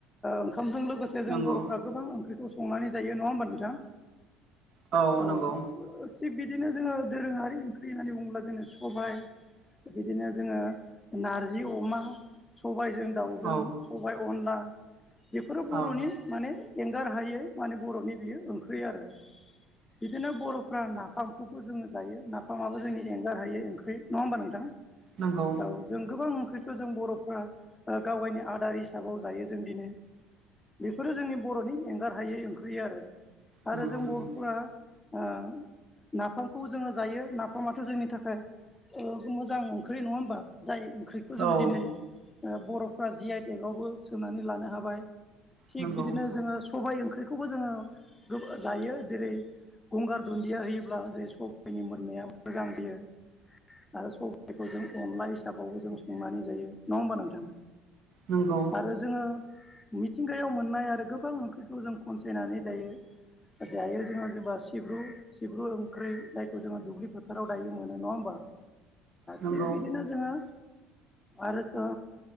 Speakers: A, on the left; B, on the right.
A: ओंखामजों लोगो से जों
B: नंगौ
A: बर'फ्रा गोबां ओंख्रिखौ संनानै जायो नङा होमबा नोंथां?
B: औ
A: औ
B: नंगौ
A: थिग बिदिनो जोङो दोरोङारि ओंख्रि होननानै बुङोब्ला जोङो सबाय, बिदिनो जोङो नार जि अमा, सबायजों दाउजों,
B: औ
A: सबाय अनला बेफोरो
B: औ
A: बर'नि माने एंगार हायै माने बर'नि बियो ओंख्रि आरो बिदिनो बर'फ्रा ना फामखौबो जोङो जायो नाफामाबो जोंनि एंगार हायै ओंख्रि नङा होमबा नोंथां?
B: नोंगौ।
A: औ जों गोबां ओंख्रिखौ जों बर'फ्रा गावगायनि आदार हिसाबाव जायो जों दिनै बेफोरो जोंनि बर'नि एंगार हायै ओंख्रि आरो
B: नंगौ
A: जों
B: नंगौ
A: बर'फोरा अ नाफामखौ जोङो जायो नाफामाथ' जोंनि थाखाय मोजां ओंख्रि नङा होमबा जाय ओंख्रि खौ जोङो
B: औ
A: दिनै बर'फ्रा जि आइ टेकावबो सोंनानै लानो हाबाय थिग
B: नंगौ
A: बिदिनो जोङो सबाय ओंख्रिखौबो जोङो जायो जेरै गंगार दुन्दिया होयोब्ला बे सबाइनि मोननाया मोजां जायो आरो सबाइखौ जों अनला हिसाबावबो जों संनानै जायो नङा होमबा नोंथां?
B: नोंगौ
A: आरो जोङो मिथिंगायाव मोननाय आरो गोबां ओंख्रिखौ जों खनसायनानै दायो दायो जोङो जेनेबा सिब्रु सिब्रु ओंख्रि जायखौ जोङो दुब्लि फोथाराव दायो मोनो नङा होमबा?
B: नंगौ
A: थिग बिदिनो जोङो आरो